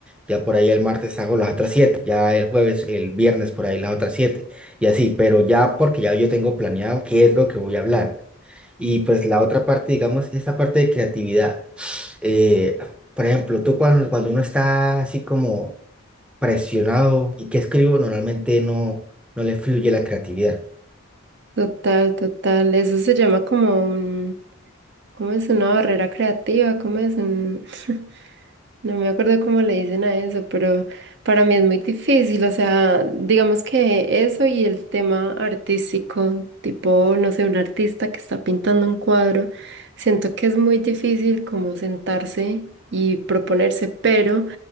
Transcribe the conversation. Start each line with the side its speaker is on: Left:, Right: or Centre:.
Centre: Ya por ahí el martes hago las otras siete. Ya el jueves, el viernes por ahí las otras siete. Y así, pero ya porque ya yo tengo planeado qué es lo que voy a hablar. Y pues la otra parte, digamos, esta parte de creatividad. eh, por ejemplo, tú cuando, cuando uno está así como presionado y que escribo, normalmente no, no le fluye la creatividad.
Right: Total, total. Eso se llama como un, ¿cómo es? Una barrera creativa, ¿cómo es? Un, <sighs> <laughs> no me acuerdo cómo le dicen a eso, pero para mí es muy difícil. O sea, digamos que eso y el tema artístico, tipo, no sé, un artista que está pintando un cuadro, siento que es muy difícil como sentarse y proponerse, pero...